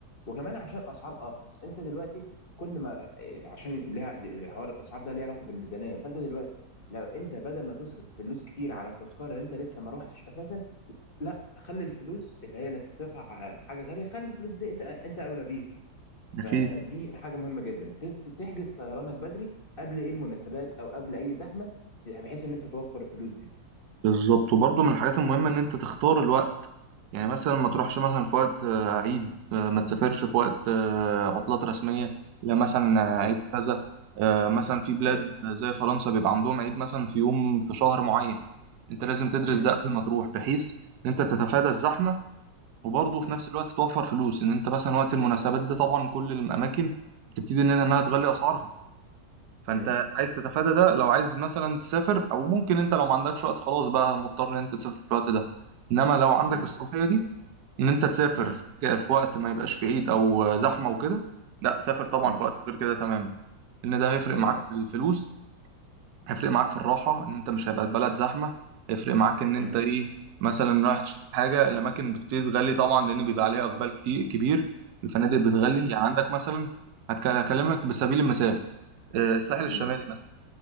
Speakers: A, on the left; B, on the right.
A: وكمان عشان اسعار ارخص انت دلوقتي كل ما إيه، عشان ليها الحوار الاسعار ده ليها علاقه بالميزانيه فانت دلوقتي لو انت بدل ما تصرف فلوس كتير على التذكره اللي انت لسه ما روحتش اساسا لا خلي الفلوس اللي هي اللي هتتصرف ع- في حاجه غاليه خلي الفلوس دي انت انت اولى بيها
B: اكيد
A: فدي حاجه مهمه جدا تس- تحجز طيرانك بدري قبل ايه المناسبات او قبل اي زحمه بحيث ان انت توفر الفلوس دي
B: بالظبط وبرضه من الحاجات المهمه ان انت تختار الوقت يعني مثلا ما تروحش مثلا في وقت آه، عيد آه، ما تسافرش في وقت آه، عطلات رسميه لا مثلا آه،
A: امم
B: عيد كذا آه، مثلا في بلاد
A: ايوه
B: زي فرنسا بيبقى عندهم عيد مثلا في يوم في شهر معين انت لازم تدرس
A: مم.
B: ده قبل ما تروح بحيث ان انت تتفادى الزحمه وبرضه
A: مم.
B: في نفس الوقت توفر فلوس ان انت مثلا وقت المناسبات ده طبعا كل الاماكن بتبتدي ان انها تغلي
A: مم.
B: اسعارها فانت
A: مم.
B: عايز تتفادى ده لو عايز مثلا تسافر او ممكن انت لو ما عندكش وقت خلاص بقى مضطر ان انت تسافر في الوقت ده انما لو عندك
A: مم.
B: الصلاحيه دي ان انت تسافر
A: مم.
B: في في وقت ما يبقاش في عيد او زحمه وكده لا سافر طبعا
A: مم.
B: في وقت غير كده تماما ان ده هيفرق
A: تمام
B: معاك في الفلوس هيفرق معاك في الراحة إن أنت مش هيبقى البلد زحمة هيفرق معاك إن
A: مم.
B: أنت إيه مثلا رايح تشتري حاجة الأماكن بتبتدي تغلي طبعا لأن بيبقى عليها إقبال كتير كبير الفنادق بتغلي
A: أكيد
B: يعني عندك مثلا هتك- هكلمك بسبيل المثال آه، الساحل الشمالي
A: مم.
B: مثلا